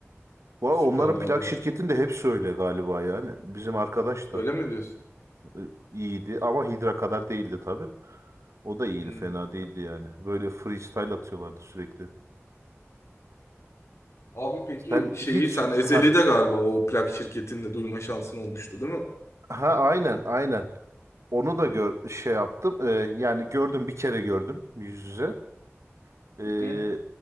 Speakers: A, on the right; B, on the left.
A: Bu arada
B: süper
A: onların
B: abi.
A: plak şirketinde hepsi öyle galiba yani. Bizim arkadaş
B: Öyle
A: da
B: mi diyorsun?
A: e, iyiydi ama Hidra kadar değildi tabii. O da iyiydi,
B: Hı hı.
A: fena değildi yani. Böyle freestyle atıyorlardı sürekli.
B: Abi peki
A: Sen
B: şeyi
A: hiç
B: sen Ezeli'de
A: ha
B: galiba o plak şirketinde duyma şansın olmuştu değil mi?
A: ha aynen aynen. Onu
B: Hı hı.
A: da gör şey yaptım. Ee, yani gördüm bir kere gördüm yüz yüze. Ee,
B: Hı